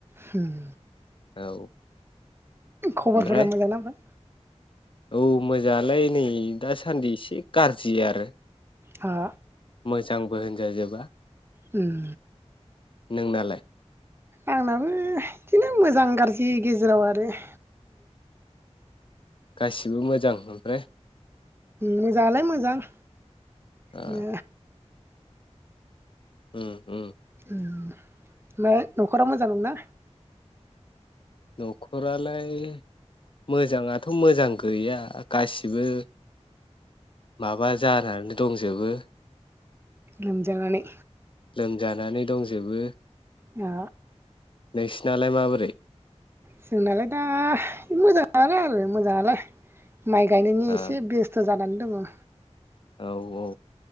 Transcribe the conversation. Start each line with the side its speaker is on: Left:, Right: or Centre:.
Right: होम।
Left: औ। ओमफ्राय
Right: खबरफोरा मोजां ना?
Left: औ मोजाङालाय नै दासान्दि एसे गाज्रि आरो।
Right: हा
Left: मोजांबो होनजाजोबा।
Right: उम।
Left: नोंनालाय?
Right: आंनाबो इदिनो मोजां गाज्रि गेजेराव आरो <inaudible>
Left: गासिबो मोजां ओमफ्राय?
Right: मोजाङालाय मोजां।
Left: Oh
Right: no.
Left: उम उम।
Right: उम ना न'खराव मोजां दंना।
Left: न'खरालाय मोजाङाथ' मोजां गैया गासिबो माबा जानानै दंजोबो।
Right: लोमजानानै।
Left: लोमजानानै दंजोबो।
Right: अ।
Left: नोंसिनालाय माबोरै?
Right: जोंनालाय दा मोजाङानो आरो मोजाङालाय। माइ गायनायनि
Left: आ
Right: एसे बेस्थ' जानानै दङ।
Left: औ औ।